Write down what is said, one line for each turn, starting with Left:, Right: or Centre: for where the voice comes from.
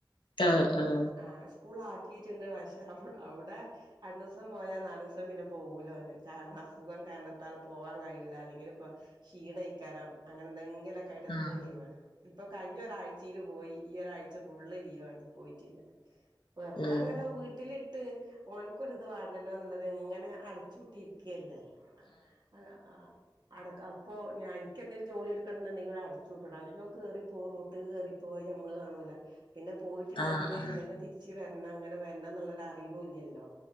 Left: ആഹ ആഹ
Right: ഹ സ്കൂൾ ആക്കിയിട്ടുണ്ട് പക്ഷേ അവിടെ രണ്ടു ദിവസം പോയാൽ നാല് ദിവസം പിന്നെ പോകൂലാ ഓൻ കാരണം അസുഖം കാരണം !! പോവാൻകഴിയുല്ല അല്ലെങ്കിൽ ഇപ്പ ക്ഷീണക്കാരം അങ്ങനെഎന്തെങ്കിലും ആയിട്ട് എ
Left: ആഹ്
Right: ന്നും ലീവാണ് ഇപ്പൊ കഴിഞ്ഞ ഒരാഴ്ചയില് പോയി ഈ ഒരാഴ്ച ഫുള് ലീവാണ് പോയിട്ടില്ല വെറുതെ
Left: ആഹ്
Right: അങ്ങട് വീട്ടിൽ ട്ട് ഓന്ക്കരുത് വേണ്ടല്ലോ ന്നുള്ളത് ഇങ്ങനെ അടച്ചു പൂട്ടിയിരിക്കുകല്ലേ ആതാ ആഹ് അടകഅപ്പോ ഞാ എനിക് എന്തെങ്കിലും ജോലിടുക്കണമെങ്കിൽ അടച്ചു പൂട്ടണം അല്ല ഓ ൻ ക കേറി പ്പോ റോട്ട്ക്ക്‌ കേറിപ്പോ അത് നമ്മള് കാണൂല പിന്നെ പോയിട്ടുണ്ടെങ്കില്
Left: ആഹ് ആഹ്
Right: എങ്ങനെ തിരിച്ച് വരണം ങ്ങനെ വരണം എന്നുള്ളത് അറിയുന്നില്ലല്ലോ